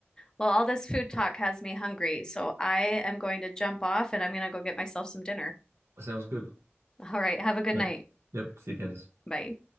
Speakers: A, on the left; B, on the right.
A: Well, all this food talk has me hungry, so I am going to jump off and I'm going to go get myself some dinner.
B: sounds good.
A: All right, have a good
B: But
A: night.
B: yep, see you, Candice.
A: Bye.